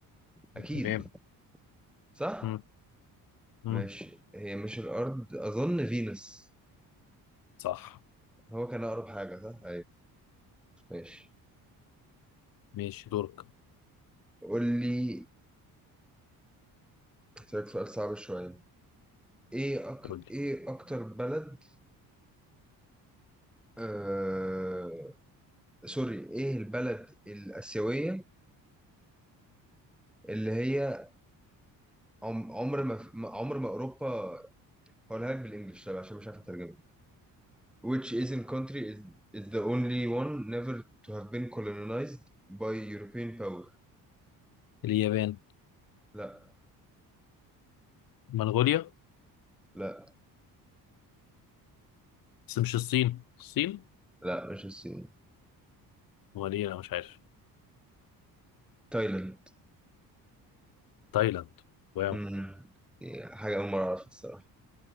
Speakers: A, in the centre; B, on the left.
A: اكيد
B: تمام
A: صح
B: مم. مم.
A: ماشي هي مش الارض اظن فينوس
B: صح
A: هو كان اقرب حاجة صح ايوه ماشي
B: ماشي دورك
A: قول لي هسألك سؤال صعب شوية ايه أك...
B: قول لي
A: ايه اكتر بلد آه... سوري ايه البلد الآسيوية اللي هي عم- عمر ما ما- عمر ما أوروبا هقولها لك بالإنجلش طيب عشان مش عارف أترجمها which Asian country is is the only one never to have been colonized by European power
B: اليابان
A: لا
B: منغوليا
A: لا
B: بس مش الصين الصين
A: لا مش الصين
B: ولا ايه انا مش عارف
A: تايلاند
B: تايلاند واو
A: امم حاجة أول مرة أعرفها الصراحة